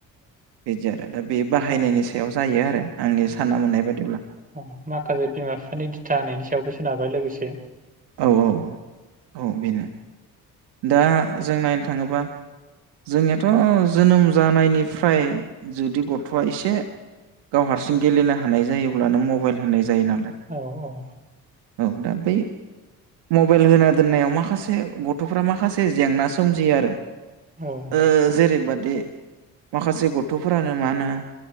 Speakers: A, on the right (about 60°); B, on the right (about 15°).
A: बिदि आरो दा बे बाहायनायनि
B: औ
A: सायाव जायो आरो आंनि सानना मोननाय बायदिब्ला
B: अ माखासे बिमा बिफानि दिथा होनायनि सायावबो सोनारबाय लोगोसे
A: औ औ औ बेनो दा जों नायनो थाङोबा जोंनियाथ' जोनोम जानायनिफ्राय जुदि गथ' आ एसे गाव हारसिं गेलेनो हानाय जायोब्लानो मबाइल होनाय जायो नामा?
B: औ औ
A: औ दा बै मबाइल होना दोननायाव माखासे ग गथ'फ्रा माखासे जेंना सोमजियो आरो
B: औ
A: ओ जेरैबादि माखासे गथ'फोरानो मा होनो